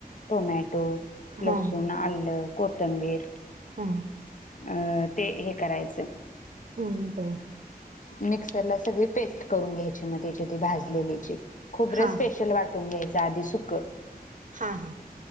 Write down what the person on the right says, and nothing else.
हा
<inaudible>
हम् बरं
हा
हा हा